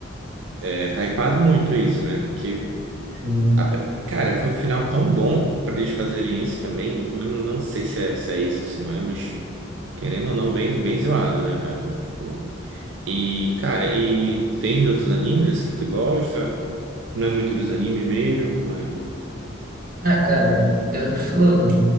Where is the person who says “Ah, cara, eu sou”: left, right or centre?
Right